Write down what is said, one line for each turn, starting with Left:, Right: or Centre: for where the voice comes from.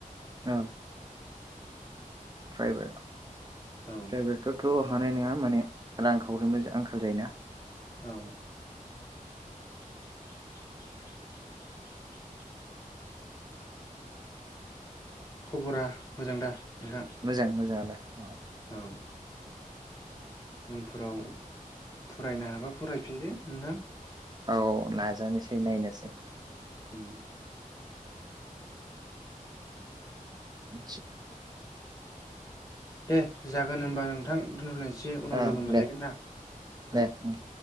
Right: औ
Left: <inaudible>
Right: बायबाय।
Left: औ
Right: फ्रायभेत फ्रावथ हानाय नङा माने रां खावरिनिबो आंखाल जायोना।
Left: औ। <inaudible> खबरा मोजां दा? नोंथां
Right: मोजां मोजाङालाय। अ
Left: औ उनफोराव फरायनो हाबा फरायफिनदो नोंथां।
Right: औ नाजानोसै नायनोसै।
Left: ओम।
Right: <inaudible>
Left: दे जागोन होनबा नोंथां दोनथलायनोसै। उनाव
Right: ओं
Left: लोगो मोनलायगोन
Right: दे
Left: ना औ
Right: दे ओं।